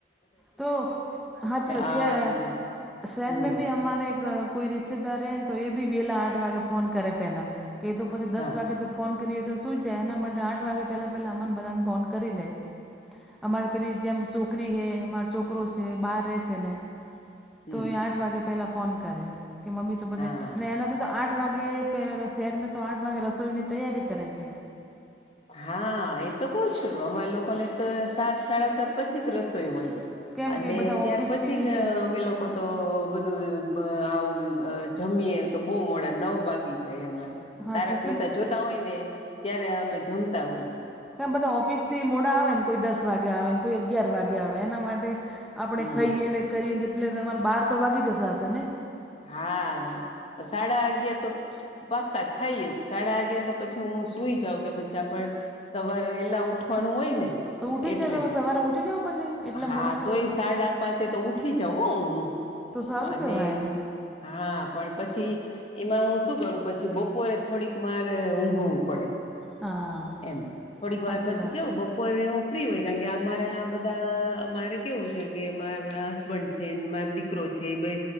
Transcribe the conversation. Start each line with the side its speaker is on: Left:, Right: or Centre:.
Centre: તો હાચીવાત
Left: આ
Centre: છે
Left: જે
Centre: શહેર
Left: હમ
Centre: મે ભી હમારે ગ. કોઈ રિસતેદાર હે તો એ બી વેલા આઠ વાગે ફોન કરે પેલા કે તો પછી દસ
Left: હા
Centre: વાગે તો ફોન કરીએ તો શું જાય એનાં માટે આઠ વાગે પેલાં પેલા અમન બધાને ફોન કરી લે. અમારે પેલી જેમ સોકરી હે અમાર ચોકરો છે બહાર રહે છે ને.
Left: હમ
Centre: તો એ આઠ વાગે પહેલા ફોન કરે કે મમ્મી તો પછે
Left: હા
Centre: ને એના ની તો આઠ વાગે પેર શેરમે તો આઠ વાગે રસોઈ ની તૈયારી કરે છે.
Left: હા એ તો કઉ છું અમારા લોકો ને તો સાત સાડા સાત પછી જ રસોઈ હોય
Centre: કેમ
Left: અને
Centre: કે બધા
Left: ત્યાર
Centre: ઓફિસથી
Left: પછી જ
Centre: મો
Left: અમે લોકો
Centre: હા
Left: તો બધું આવું જમીએ. તો બહુ મોડા નવ વાગી જાય અમારે
Centre: હાચી
Left: તારક મહેતા જોતા હોય ને ત્યારે અમે જમતા હોય
Centre: તમે બધા ઓફિસ થી મોડા આવે ન કોઈ દસ વાગે આવે ન કોઈ અગિયાર વાગે આવે એના માટે આપણે
Left: હમ
Centre: ખઈએ ને કરીએ જેટલે તમારે બાર તો વાગી જશે હશે ને.
Left: હા સાડા અગિયાર તો પાક્કા થાય જ સાડા અગિયાર તો પછી હું હુઈ જઉ કે પછી આપણ સવારે વેલ વેલા ઉઠવાનું હોય ને
Centre: તો ઉઠી
Left: એટલે
Centre: જ તમે સવારે ઉઠી જાવ પછી એટલા
Left: હા
Centre: મોડા સુવો
Left: તો એ સાડા પાંચે તો ઉ ઉઠી જવ હ હું.
Centre: તો સારું
Left: અને
Centre: કેવાય.
Left: હા પણ પછી એમાં હું શું કરું પછી બપોરે થોડીક મારે ઊંઘવું પડે.
Centre: હા
Left: એમ થોડીક
Centre: સાચી
Left: વાર પછી
Centre: વાત
Left: કેવું બપ પોરે હું ફ્રી હોય કાકે અમારે આ બધા અમારે કેવું છે કે મારા બ છે માર દીકરો છે એ બે